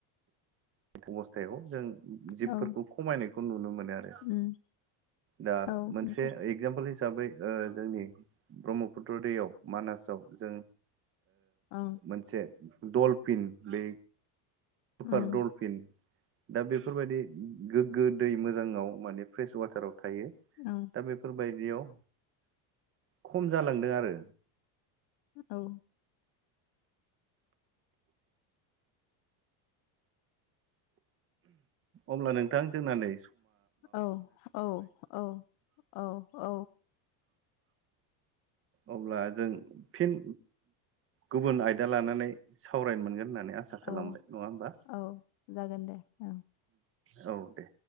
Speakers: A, on the right; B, on the left.
A: अबस्थायाव जों जिबफोरखौ
B: औ
A: खमायनायखौ नुनो मोनो आरो।
B: उम
A: दा
B: औ
A: मोनसे
B: नंगौ
A: एक्जामपोल हि हिसाबै जोंनि ब्रह्मपुत्र दैयाव मानासाव जों
B: ओं
A: मोनसे दलफिन बे जफार
B: उम
A: डलफिन दा बेफोरबायदि गोग्गो दै मोजाङाव माने फ्रेस वाटाराव थायो
B: ओं
A: दा बेफोरबायदियाव खम जालांदों आरो।
B: औ
A: अब्ला नोंथां जोंनानै
B: औ औ औ औ औ
A: अब्ला जों फिन गुबुन आयदा लानानै सावरायनो मोनगोन होननानै आसा खालामबाय
B: औ
A: नङा होमबा
B: औ जागोन दे ओं
A: औ दे